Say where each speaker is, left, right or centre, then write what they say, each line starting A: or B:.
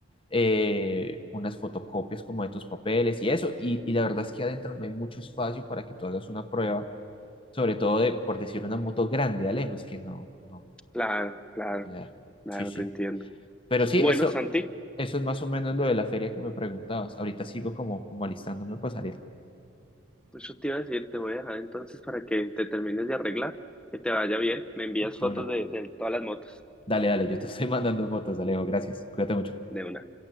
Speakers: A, on the left (about 25°); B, in the centre.
A: eh, unas fotocopias como de tus papeles y eso, y, y la verdad es que adentro no hay mucho espacio para que tú hagas una prueba, sobre todo de, por decir, una moto grande, Alejo, es que no, no,
B: claro, claro,
A: no te da.
B: claro,
A: Sí, sí.
B: te entiendo.
A: Pero sí,
B: Bueno,
A: eso,
B: Santi.
A: eso es más o menos lo de la feria que me preguntabas. Ahorita sigo como, como alistándome para salir
B: Pues yo te iba a decir, te voy a dejar entonces para que te termines de arreglar, que te vaya bien. Me envías
A: de
B: fotos
A: una.
B: de, de todas las motos
A: Dale, dale, yo te estoy <laughs> mandando fotos, Alejo, gracias. Cuídate mucho.
B: de una.